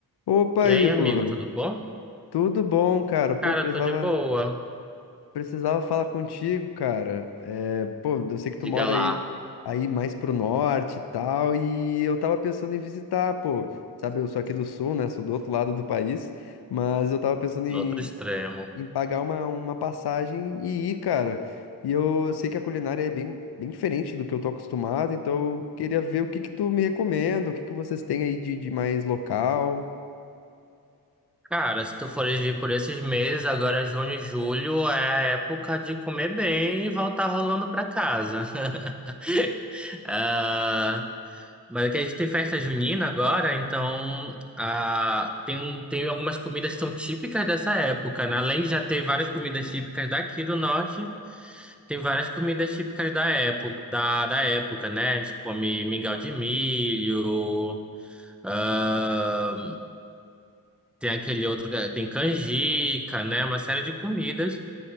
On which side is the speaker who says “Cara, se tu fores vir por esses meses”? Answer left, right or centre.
Centre